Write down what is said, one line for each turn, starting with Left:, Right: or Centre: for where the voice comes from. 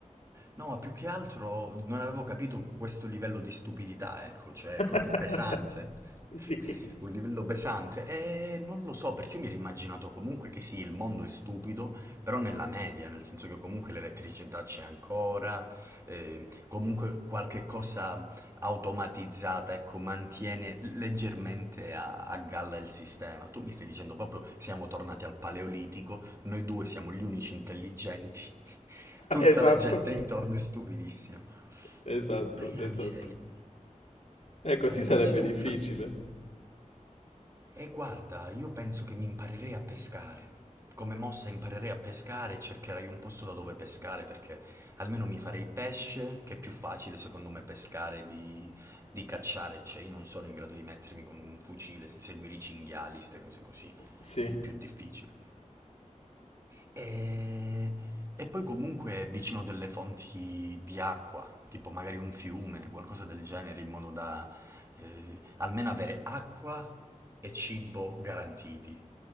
Right: No, ma più che altro non avevo capito questo livello di stupidità, ecco, cioè
Left: <laughs>
Right: è proprio pesante.
Left: Sì,
Right: Un livello pesante. E non lo so, perché io mi ero immaginato comunque che sì, il mondo è stupido, però nella media, nel senso che comunque l'elettricità c'è ancora, eh, comunque qualche cosa automatizzata, ecco, mantiene leggermente a, a galla il sistema. Tu mi stai dicendo proprio siamo tornati al Paleolitico, noi due siamo gli unici intelligenti, <laughs> tutta
Left: esatto,
Right: la gente intorno è stupidissima.
Left: esatto,
Right: Ma io
Left: esatto.
Right: la miseria.
Left: Ecco,
Right: Allora,
Left: sì,
Right: innanzitutto,
Left: sarebbe difficile.
Right: E guarda, io penso che mi imparerei a pescare. Come mossa imparerei a pescare e cercherei un posto da dove pescare perché almeno mi farei pesce, che è più facile secondo me pescare di, di cacciare. Cioè io non sono in grado di mettermi con un fucile, seguire i cinghiali, ste cose così. Mi
Left: Sì.
Right: viene più difficile. E, e poi comunque vicino delle fonti di acqua, tipo magari un fiume, qualcosa del genere, in modo da eh, almeno avere acqua e cibo garantiti.